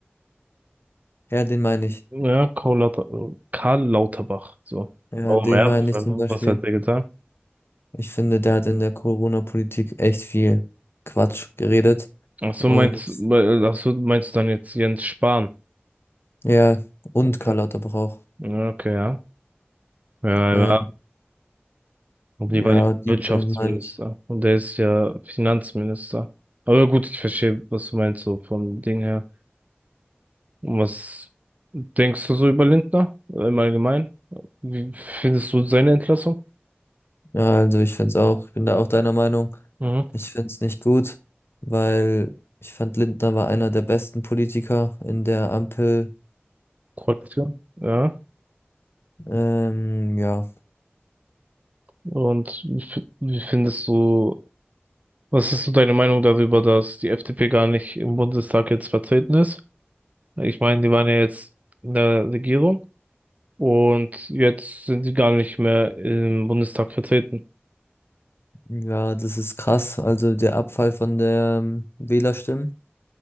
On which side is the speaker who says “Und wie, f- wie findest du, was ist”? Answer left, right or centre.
Right